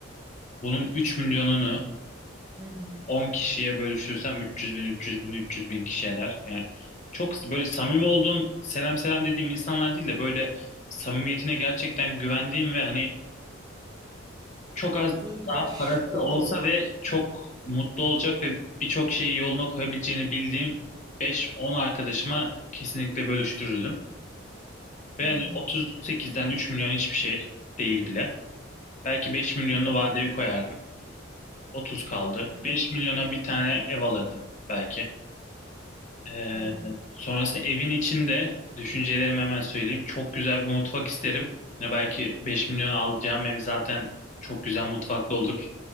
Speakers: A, on the left; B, on the right.
A: bunun 3 milyonunu
B: Hı hı.
A: 10 kişiye bölüştürsem 300 bin, 300 bin, 300 bin kişi eder. Yani çok böyle samimi olduğum, selam selam dediğim insanlar değil de böyle samimiyetine gerçekten güvendiğim ve hani çok az
B: Duygudaş
A: daha parası
B: olduğum.
A: olsa ve çok mutlu olacak ve birçok şeyi yoluna koyabileceğini bildiğim 5-10 arkadaşıma kesinlikle bölüştürürdüm. Ve
B: Hı hı.
A: hani 38'den 3 milyon hiçbir şey değil bile. Belki 5 milyonunu
B: Tabii
A: vadeye
B: canım.
A: koyardım. 30 kaldı.
B: <laughs>
A: 5 milyona bir tane ev alırdım belki. Ee,
B: Hı hı.
A: sonrasında evin içinde düşüncelerimi hemen söyleyeyim. Çok güzel bir mutfak isterim. Ne belki 5 milyona alacağım ev zaten çok güzel mutfaklı olur.